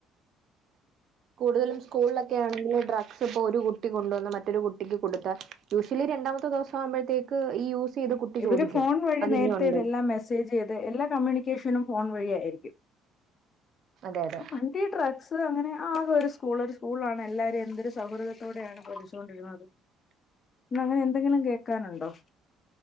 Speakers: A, on the right; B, on the left.
A: കൂടുതലും സ്കൂളിലൊക്കെ ആണെങ്കിൽ ഡ്രഗ്സ് ഇപ്പോ ഒരു കുട്ടി കൊണ്ടുവന്ന മറ്റൊരു കുട് ട്ടിക്ക് കൊടുത്താ യൂശ്വലി രണ്ടാമത്തെ ദീവ്സാമ്പഴ്ത്തേക്ക് ഈ ചെയ്ത കുട്ടി
B: ഇവര്
A: ചോദിക്കും.
B: ഫോൺ വഴി
A: അത്
B: നേരത്തെ
A: ഇനി ഉണ്ടോ?
B: ഇതെല്ലാം മെസ്സേജ് ചെയ്ത് എല്ലാ കമ്മ്യൂണിക്കേഷനും ഫോൺ വഴിയായിരിക്കും.
A: അതെ അതെ
B: അപ്പൊ പണ്ട് ഈ ഡ്രഗ്സ് അങ്ങനെ ആകെ ഒരു സ്കൂൾ ഒരു സ്കൂള ആണ് എല്ലാരും എന്തൊരു സൗഹൃദത്തോടെയാണ് പഠിച്ചുകൊണ്ടിരുന്നത്
A: <inaudible>
B: ഇന്ന് അങ്ങനെ എന്തെങ്കിലും കേക്കാനു ഇണ്ടോ?